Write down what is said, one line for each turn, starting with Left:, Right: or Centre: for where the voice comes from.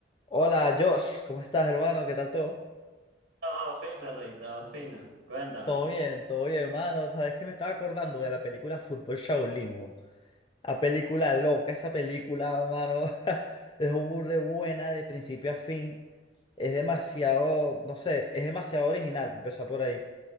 Left: Hola Josh, ¿cómo estás hermano? ¿Qué tal todo?
Right: Todo fino, Rey, todo fino. Cuéntame.
Left: Todo bien, todo bien hermano. Sabes que me estaba acordando de la película Fútbol Shaolin, weón. La película loca, esa película, hermano. <laughs> Es un burde buena de principio a fin. Es demasiado, no sé, es demasiado original, empezó por ahí.